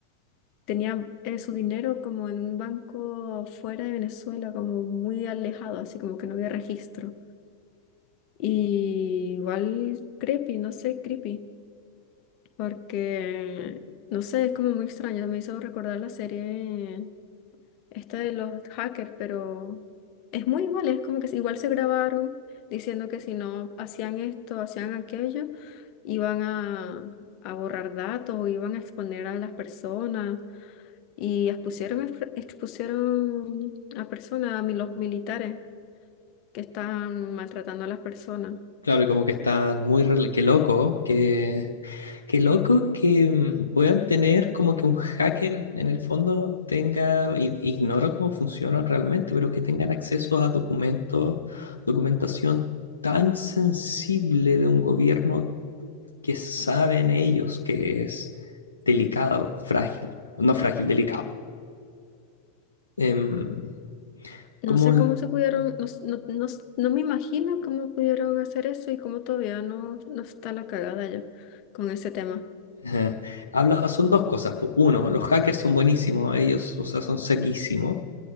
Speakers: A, on the left (about 40°); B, on the left (about 80°).
A: tenía eh, su dinero como en un banco fuera de Venezuela, como muy alejado, así como que no había registro. Y igual creepy, no sé, creepy, porque, no sé, es como muy extraño, me hizo recordar la serie esta de los hackers, pero es muy igual, es como que si- igual se grabaron diciendo que si no hacían esto, hacían aquello, iban a, a borrar datos o iban a exponer a las personas. Y expusieron, expro- expusieron a personas, a mi- los militares que estaban maltratando a las personas.
B: claro, y como que están muy, rel- qué loco, que Qué loco que mm, puedan tener como que un hacker en el fondo tenga, i- ignoro cómo funcionan realmente, pero que tengan acceso a documentos, documentación tan sensible de un gobierno que saben ellos que es delicado, frágil, no frágil, delicado. Em,
A: No
B: como
A: sé
B: l-
A: cómo se pudieron, no, s- no, no s- no me imagino cómo pudieron hacer eso y cómo todavía no, no está la cagada ya con ese tema.
B: eh, habla, son dos cosas. po. Uno, los hackers son buenísimos, ellos, o sea, son saquísimos.